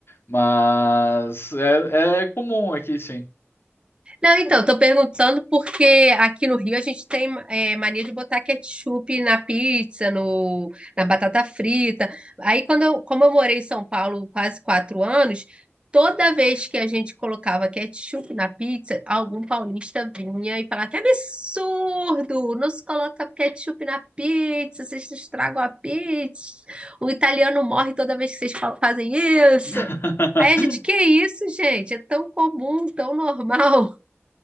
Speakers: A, on the left; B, on the right.
A: Mas é, é comum aqui, sim.
B: Não, então, tô perguntando porque aqui no Rio a gente tem é, mania de botar ketchup na pizza, no, na batata frita. Aí, quando eu, como eu morei em São Paulo quase quatro anos, toda vez que a gente colocava ketchup na pizza, algum paulista vinha e falava: Que absurdo! Não se coloca ketchup na pizza, vocês estragam a pizza. O italiano morre toda vez que vocês fa- fazem isso.
A: <laughs>
B: Aí a gente, que isso, gente? É tão comum, tão normal.